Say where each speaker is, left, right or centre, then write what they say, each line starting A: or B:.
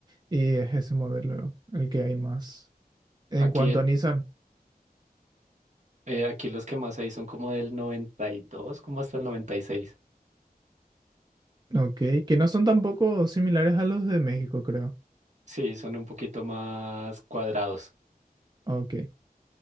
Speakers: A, on the right (about 25°); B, on the right (about 50°).
A: Y es ese modelo el que hay más. En
B: Aquí,
A: cuanto
B: el,
A: a Nissan,
B: eh, aquí los que más hay son como del 92, como hasta el 96.
A: ok, que no son tampoco similares a los de México, creo.
B: Sí, son un poquito más cuadrados.
A: Ok.